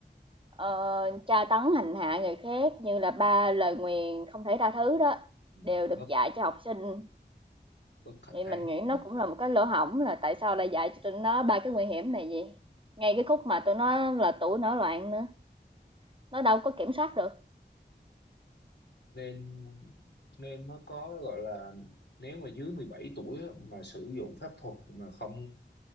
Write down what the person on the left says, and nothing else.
ừ,
bất
bất khả
kháng
ừ.
nên nên mới có gọi là nếu mà dưới 17 tuổi á, mà sử dụng pháp thuật mà không